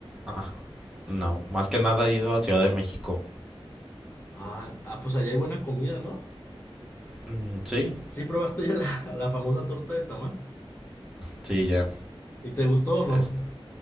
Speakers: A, in the centre; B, on the left (about 20°).
A: ah, no, más que nada he ido a Ciudad de México.
B: Ah, ah, pues allá hay buena comida, ¿no?
A: Mm, sí,
B: Sí, probaste ya la, la famosa torta de tamal.
A: sí, ya.
B: ¿Y te gustó o no?
A: Es